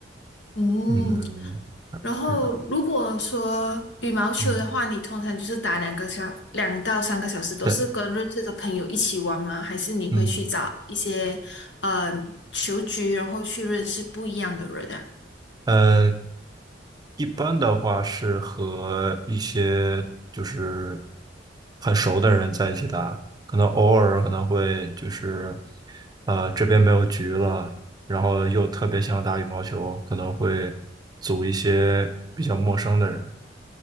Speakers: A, on the left; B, on the right.
A: 嗯，
B: 嗯，
A: 然后如果说羽毛球的话，
B: 是的，嗯，
A: 你通常就是打两个小，两到三个小时，都是跟认识的朋友一起玩吗？
B: 对，
A: 还是你会去找一些呃球局，
B: 嗯，
A: 然后去认识不一样的人啊？
B: 呃，一般的话是和一些就是很熟的人在一起打，可能偶尔可能会就是，呃，这边没有局了，然后又特别想打羽毛球，可能会组一些比较陌生的人。